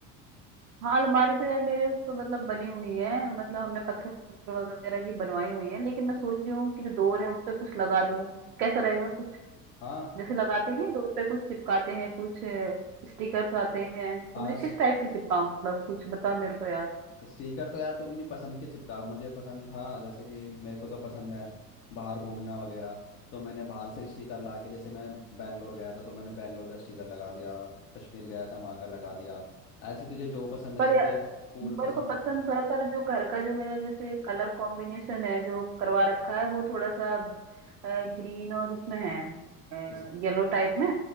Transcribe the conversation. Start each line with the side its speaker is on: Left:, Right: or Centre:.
Right: हाँ अलमारी तो यार मेरे उस पर मतलब बनी हुई है मतलब हमने पत्थर वगैरह की बनवाई हुई है लेकिन मैं सोच रही हूँ कि जो डोर है उस पे कुछ लगा दूँ कैसा रहेगा कुछ
Left: हाँ
Right: जैसे लगाते नहीं है डोर पे कुछ चिपकाते हैं कुछ स्टिकर्स आते हैं तो
Left: आज
Right: मुझे किस टाइप के चिपकाऊं मतलब कुछ बता मेरे को यार
Left: स्टिकर तो यार तू अपनी पसंद के चिपका मुझे पसंद था जैसे कि मेरे को तो पसंद है बाहर घूमना वगैरह तो मैंने बाहर से स्टिकर ला के जैसे मैं बैंगलोर गया था तो मैंने बैंगलोर का स्टिकर लगा दिया कश्मीर गया था वहाँ का लगा दिया ऐसे तुझे जो पसंद है
Right: पर
Left: जैसे
Right: या,
Left: तुझे फूल
Right: मेरे
Left: पसंद
Right: को पसंद
Left: हो
Right: तो है पर जो घर का जो मेरा जैसे कलर कॉम्बिनेशन है जो करवा रखा है वो थोड़ा सा ग्रीन और उसमें है
Left: किस
Right: येलो टाइप में